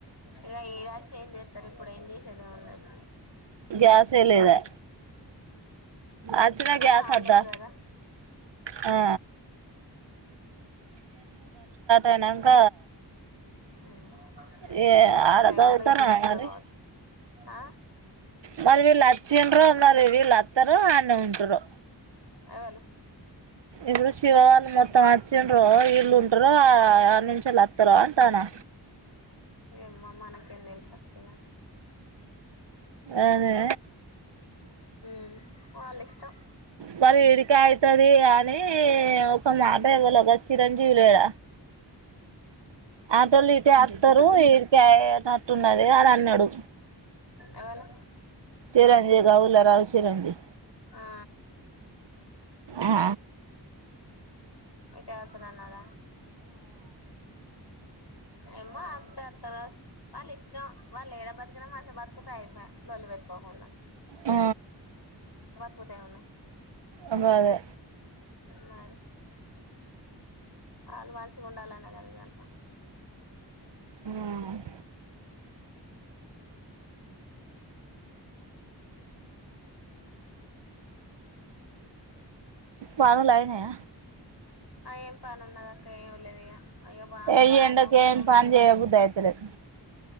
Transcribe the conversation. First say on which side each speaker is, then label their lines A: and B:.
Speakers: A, on the left (about 65°); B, on the right (about 75°).
A: ఇక ఇ వచ్చే ఏం చేస్తారు. ఇప్పుడు ఏం చేసేదేముండది.
B: గ్యాసే లేదాయే అచ్చినా
A: మళ్ళా
B: గ్యాస్
A: హాలిడేస్
B: అద్దా
A: కదా
B: హా అయినంక
A: ఉమ్ ఉమ్
B: ఏ
A: స్టార్ట్
B: ఆడ
A: హ
B: చదువుతారా
A: ముందు గిట్ల అత్తరు
B: మరి
A: కావచ్చు. ఆ
B: మరి విలచ్చిండ్రో మరి వీల్లు వస్తరో ఆన్నే ఉంటరో
A: ఎవళు
B: ఇలు శివ వాళు మొత్తం అచ్చిండ్రో ఇల్ ఉం ఉంటరో ఆనుంచి అత్తరో అంటానా
A: ఎమో మనకేంతెల్సు అక్క ఇగ
B: అదే
A: ఉమ్ వాళ్ళ ఇష్టం.
B: మరి ఈడికే అయితది అని ఒక మాట ఎవ్వలో గ చిరంజీవి లేడ ఆటోళ్ళు ఇటే అత్తరు ఇడికే అయ్యేటట్టున్నది అని న్నడు
A: ఎవలు
B: చిరంజీవి గౌల్లరావు చిరంజీవి
A: ఆ
B: ఆ
A: ఇటే అత్తనన్నాడ. ఏమో అత్తె అత్తరు కావచ్చు. వాళ్ళ ఇష్టం వాళ్ళు ఏడ బతికినా మంచిగ బతికితే అయిపాయె లొల్లి పెట్టుకోకుండా.
B: ఆ
A: కుతేఏంఉన్నది.
B: ఆగదే
A: మరి ఆళ్ళు మంచిగ ఉండాలనే కదా ఇదంతా
B: ఉమ్ పనులు అయినయ.
A: ఏం పని ఉన్నది అక్క ఏమి లేదు ఇగ అయ్యో బా అప్పుడే
B: ఈ ఎండకి
A: అన్నం కూర
B: ఏం
A: అండుకునే.
B: పని చేయబుద్ధి అయితలేదు